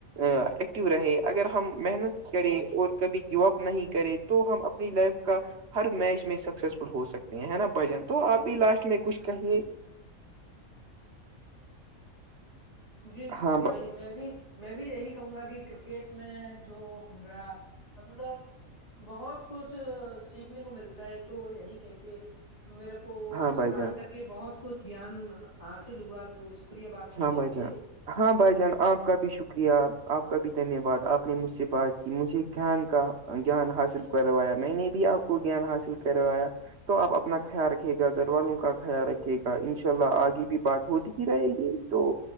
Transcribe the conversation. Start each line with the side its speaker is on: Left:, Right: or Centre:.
Right: ایکٹیو رہے اگر ہم محنت کریں اور کبھی جیو اپ نہیں کریں تو ہم اپنی لائف کا ہر میچ میں سکسیسفل ہو سکتے ہے حینا بھائی جان تو آپ بھی لاسٹ میں کچھ کہیے
Left: جی
Right: ہاں
Left: بھائی میں بھی میں بھی یہی کہوں گا کہ کرکٹ میں جو ہمر مطلب بہت کچھ سیکھنے کو ملتا ہے تو یہی کہ کے میرے کو آپ
Right: ہاں
Left: سے
Right: بھائی
Left: بات
Right: جان
Left: کر کے کہ بہت کچھ گیان حاصل ہوا تو شکریہ بات کرنے
Right: ہاں بھائی
Left: کے لیے
Right: جان ہاں بھائی جان آپ کا بھی شکریہ آپ کا بھی دھنیہ واد آپ نے مجھ سے بات کی مجھے گیان کا گیان حاصل کروایا میں نے بھی آپ کو س کو گیان حاصل کروایا تو آپ اپنا خیال رکھے گا گھر والوں کا خیال رکھھیے گا انشاء اللہ آگے بھی بات ہوتی ہی رہے گی تو